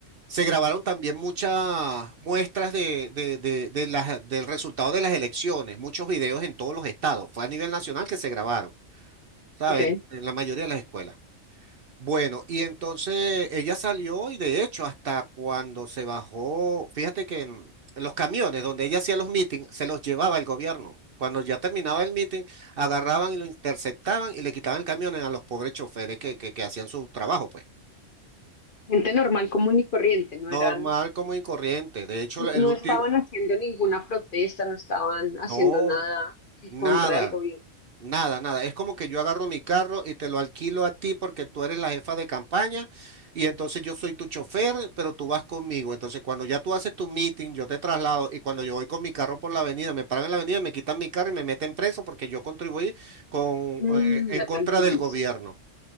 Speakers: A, on the right; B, on the left.
A: Se grabaron también muchas muestras de, de- de- de las- del resultado de las elecciones, muchos videos en todos los estados. Fue a nivel nacional que se grabaron, ¿saben?
B: ok.
A: En la mayoría de las escuelas. Bueno, y entonces ella salió y de hecho hasta cuando se bajó, fíjate que en los camiones donde ella hacía los meetings, se los llevaba el gobierno. Cuando ya terminaba el meeting, agarraban y lo interceptaban y le quitaban el camión a los pobres choferes que, que que hacían su trabajo, pues.
B: Gente normal, común y corriente, no
A: Normal,
B: eran,
A: como y corriente. De hecho, el
B: no
A: último,
B: estaban haciendo ninguna protesta, no estaban haciendo
A: No,
B: nada en
A: nada,
B: contra del gobierno.
A: nada, nada. Es como que yo agarro mi carro y te lo alquilo a ti porque tú eres la jefa de campaña y entonces yo soy tu chofer, pero tú vas conmigo. Entonces cuando ya tú haces tu meeting, yo te traslado y cuando yo voy con mi carro por la avenida, me paran en la avenida, me quitan mi carro y me meten preso porque yo contribuí con,
B: Mm,
A: eh, en
B: ya
A: contra
B: te entiendo,
A: del gobierno.
B: sí, sí.